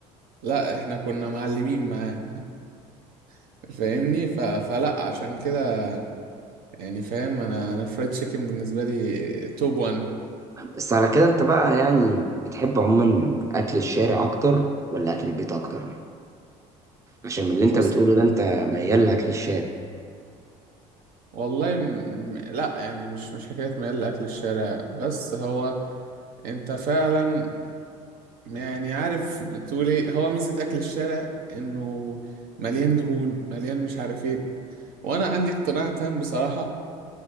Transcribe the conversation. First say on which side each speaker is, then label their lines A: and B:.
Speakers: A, on the right (about 70°); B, on the right (about 20°).
A: لا احنا كنا معلمين معاه <laughs> فاهمني ف... فلا عشان كده يعني فاهم انا انا فرايد تشيكن بالنسبه لي توب 1
B: بس على كده انت بقى يعني بتحب عموما اكل الشارع اكتر ولا اكل البيت اكتر عشان من اللي انت
A: بص
B: بتقوله ده انت ميال لاكل الشارع
A: والله م... م- لا يعني مش مش حكايه ميال لاكل الشارع بس هو انت فعلا يعني عارف تقول ايه هو ميزة اكل الشارع انه مليان دهون مليان مش عارف ايه وانا عندي اقتناع تام بصراحة